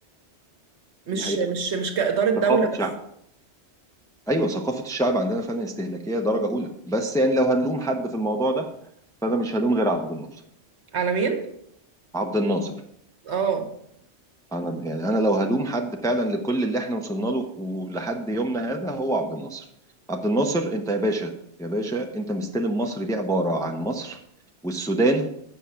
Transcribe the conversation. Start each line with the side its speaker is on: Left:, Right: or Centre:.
Right: مش
Centre: دي حقيقة
Right: مش مش كاداره دوله
Centre: ثقافة شعب
Right: بس
Centre: ايوه ثقافة الشعب عندنا فعلا استهلاكية درجة اولى بس يعني لو هنلوم حد في الموضوع ده فانا مش هلوم غير عبد الناصر
Right: على مين
Centre: عبد الناصر
Right: اه
Centre: انا يعني انا لو هلوم حد فعلا لكل اللي احنا وصلنا له ولحد يومنا هذا هو عبد الناصر عبد الناصر انت يا باشا يا باشا انت مستلم مصر دي عبارة عن مصر والسودان